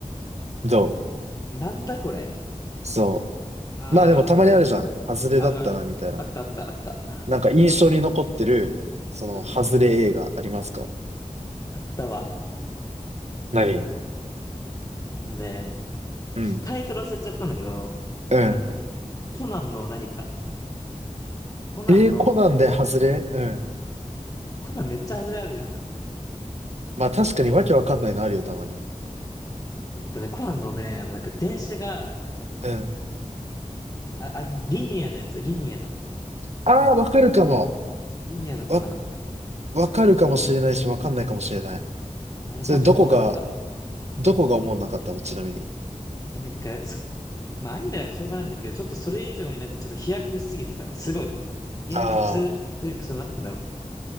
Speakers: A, on the right; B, on the left.
A: どう
B: なんだこれ。
A: そ
B: あ
A: う。まあでもたまにあるじゃん。外れだったな、
B: あ、あるある。
A: みたいな。
B: あったあったあった。
A: なんか印象に残ってる、その、
B: うん。
A: 外れ映画ありますか
B: あったわ。
A: 何
B: あのね、
A: うん。
B: ちょタイトル忘れちゃったんだけど、
A: うん。
B: あの、コナンの何か。コナンの、
A: えー、コナンで外れうん。
B: コナンめっちゃ外れあるじゃん。
A: まあ確かにわけわかんないのあるよ、たまに。
B: えっとね、コナンのね、あのなんか電車が、
A: うん
B: あ、あ、あリニアのやつ、リニアの。
A: ああ、わかるかも。
B: リニアのコナン。
A: わ、わかるかもしれないし、わかんないかもしれない。
B: あれマジ思わなかった。
A: それ、どこが、どこが思わなかったのちなみに。
B: え、なんか、そ、まあアニメだからしょうがないんだけど、ちょっとそれ以上になんかちょっと飛躍しすぎてた。すごい。現実というか、
A: ああ、は
B: そうなってんだろう。